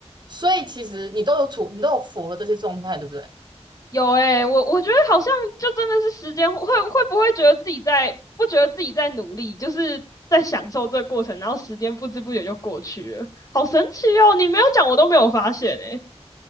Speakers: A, on the right; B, on the left.
A: 所以其实你都有处，你都有符合这些状态，对不对？
B: 有哎，我我觉得好像就真的是时间会会不会觉得自己在不觉得自己在努力，就是在享受这个过程，然后时间不知不觉就过去了，好神奇哦！你没有讲我都没有发现诶、